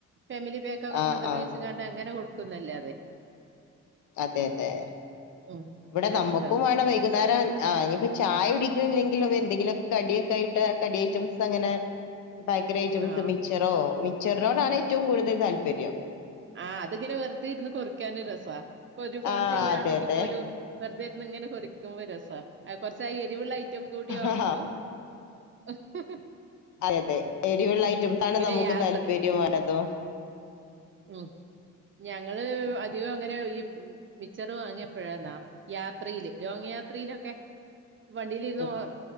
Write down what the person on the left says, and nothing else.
ആ
ആ
അതെ അതെ.
ഇവടെ
നമ്മുക്കും
വേണം വൈകുന്നേരം ആഹ് ഇനിയിപ്പോ ചായടിക്കണില്ലെങ്കിലും എന്തെങ്കിലുമൊക്കെ കടിയൊക്കെ ആയിട്ട്. കടി ഐറ്റംസ് അങ്ങനെ ബാക്കറി ഐറ്റംസ്
മിച്ചറോ മിച്ചർനോടാണ് ഏറ്റവും കൂടുതൽ താല്പര്യം.
ആ
അതെ അതെ
ആ
അതതെ. എരിവുള്ള ഐറ്റംസാണ്
നമുക്ക്
താല്പര്യം വരതോ.
ഉം
ഉം